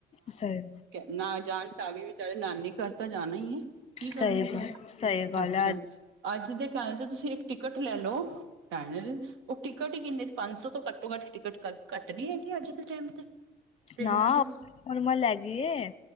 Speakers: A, on the left; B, on the right.
A: ਸਹੀ
B: ਨਾ ਜਾਣ ਤਾਵੀ ਵਿਚਾਰੇ ਨਾਨੀ ਘਰ ਤਾਂ ਜਾਣਾ ਹੀ ਏ। ਕੀ ਕਰਨ
A: ਸਹੀ
B: ਵਿਚਾਰੇ,
A: ਗੱਲ ਸਹੀ ਗੱਲ
B: ਅੱਛਾ
A: ਹੈ
B: ਅੱਜ ਦੇ ਕਹਿਣ ਤੇ ਤੁਸੀਂ ਇੱਕ ਟਿਕਟ ਲੈ ਲੳ। ਭੈਣ ੳ ਟਿਕਟ ਹੀ ਕਿੰਨੇ ਪੰਜ ਸੌ ਤੋਂ ਘੱਟੋ-ਘੱਟ ਟਿਕਟ ਘੱਟ ਨੀ ਹੈਗੀ ਅੱਜ ਦੇ ਟਾਈਮ ਤੇ। <inaudible> ਟ੍ਰਰੇਨਾਂ
A: ਨਾ
B: ਦੇ ਵੀ,
A: ਨੋਰਮਲ ਹੈਗੀ ਏ